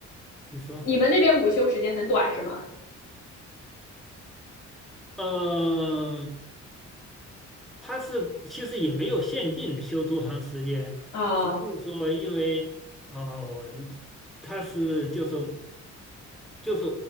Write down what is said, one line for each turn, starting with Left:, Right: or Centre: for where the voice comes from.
Centre: 你说，
Left: 你们那边午休时间很短是吗？
Centre: 嗯。它是其实也没有限定修多长时间，
Left: 啊
Centre: 只是说因为哦，它是就是就是